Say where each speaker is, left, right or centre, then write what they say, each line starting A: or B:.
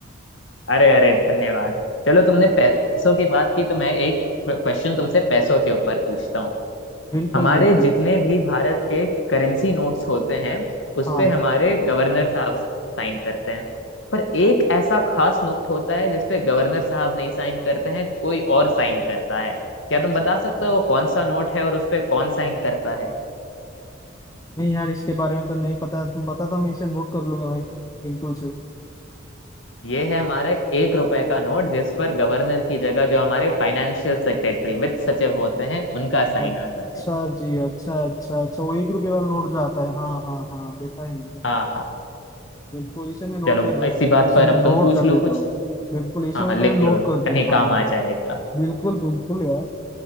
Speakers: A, on the left (about 70°); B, on the left (about 20°).
A: अरे अरे धन्यवाद चलो तुमने पैसों की बात की तो मैं एक क्वेश्चन तुमसे पैसों के ऊपर पूछता हूँ
B: बिल्कुल
A: हमारे
B: बिल्कुल
A: जितने भी भारत के करेंसी नोट्स होते हैं उस
B: हाँ
A: पे हमारे गवर्नर साहब साइन करते हैं पर एक ऐसा खास नोट होता है जिसपे गवर्नर साहब नहीं साइन करते हैं कोई और साइन करता है क्या तुम बता सकते हो कौन सा नोट है और उस पे कौन साइन करता है
B: नहीं यार इसके बारे में तो नहीं पता तुम बता दो मैं इसे नोट कर लूंगा भाई बिल्कुल से
A: ये है हमारा एक रुपए का नोट जिस पर गवर्नर की जगह जो हमारे फाइनेंशियल सेक्रेटरी वित्त सचिव होते हैं उनका साइन
B: अच्छा
A: आता है
B: जी अच्छा अच्छा अच्छा वो एक रुपये वाला नोट जो आता है हाँ हाँ हाँ देखा है मैंने
A: हाँ हाँ
B: बिल्कुल इसे मैं नोट
A: चलो
B: कर दे-
A: इसी बात
B: इसे
A: पर
B: मैं
A: अब
B: नोट
A: तुम पूछ
B: कर
A: लो
B: देता
A: कुछ
B: हूँ बिल्कुल इसे
A: हाँ
B: मैं
A: हाँ लिख
B: पहले नोट
A: लो
B: कर दूँ
A: कहीं
B: हाँ
A: काम आ जाएगा
B: बिल्कुल बिल्कुल यार